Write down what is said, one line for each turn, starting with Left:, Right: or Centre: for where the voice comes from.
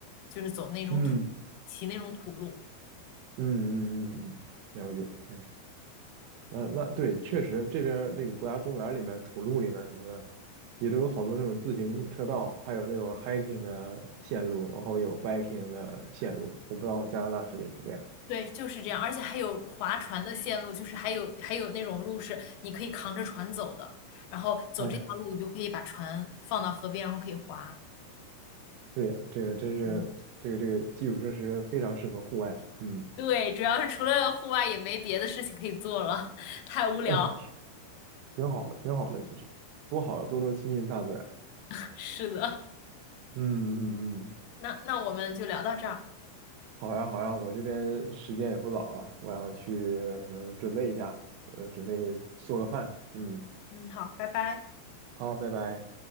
Left: 就是走那种土，
Right: 嗯
Left: 骑那种土路。
Right: 嗯嗯嗯嗯，了解，哎，那那对，确实这边儿那个国家公园里面、土路里面什么的，也都有好多那种自行车道，还有那种 hiking 的线路，然后有 biking 的线路，我不知道加拿大是不是也是这样。
Left: 对，就是这样，而且还有划船的线路，就是还有还有那种路是你可以扛着船走的，然后走这条路，
Right: 哎呀。
Left: 你就可以把船放到河边，然后可以划。
Right: 对呀，这个真是这个这个基础设施非常适合户外，
Left: 嗯，
Right: 嗯，
Left: 对，主要是除了户外也没别的事情可以做了，<laughs> 太无聊。
Right: 呃挺挺好的，挺好的，其实多好，多多亲近大自然。
Left: <laughs> 是的，
Right: 嗯嗯嗯，
Left: 那那我们就聊到这儿。
Right: 好呀好呀，我这边时间也不早了，我要去可能准备一下，呃，准备做个饭。嗯，
Left: 嗯，好，拜拜。
Right: 好，拜拜。